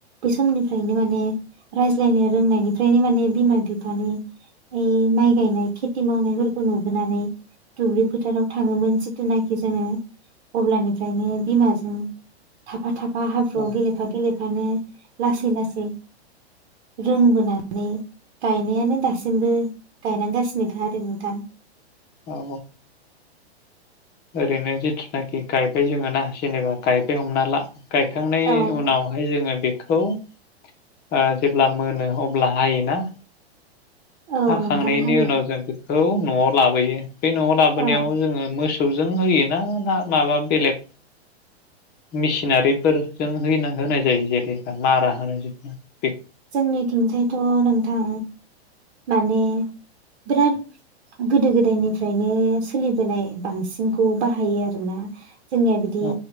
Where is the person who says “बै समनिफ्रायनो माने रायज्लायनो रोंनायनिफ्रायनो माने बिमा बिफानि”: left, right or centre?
Right